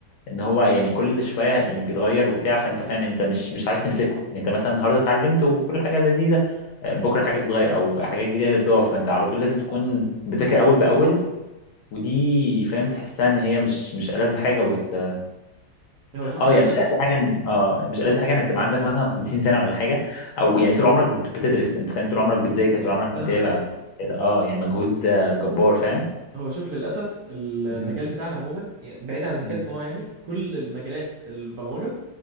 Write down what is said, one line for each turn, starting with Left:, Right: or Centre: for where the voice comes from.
Left: ان هو يعني كل شويه يعني بيتغير وبتاع فانت فاهم انت مش مش عارف تمسكه يعني انت مثلا النهارده اتعلمت وكل حاجه لذيذه آه، بكره حاجه تتغير او حاجات جديده تضاف فانت على طول لازم تكون بتذاكر اول باول ودي فاهم تحسها ان هي مش مش ألذ حاجه وسط
Right: هو شوف
Left: اه
Right: للاسف
Left: يعني مش ألذ حاجه ان اه مش ألذ حاجه انك تبقى عندك مثلا 50 سنه ولا حاجه او يعني طول عمرك بتدرس انت فاهم طول عمرك بتذاكر طول عمرك
Right: فاهمك
Left: متابع
Right: ايه
Left: طول عمرك كده اه يعني مجهود آه، جبار فاهم
Right: هو شوف للأسف المجال
Left: امم
Right: بتاعنا عموما يعني بعيد عن الذكاء
Left: امم
Right: الصناعي يعني كل المجالات البرمجة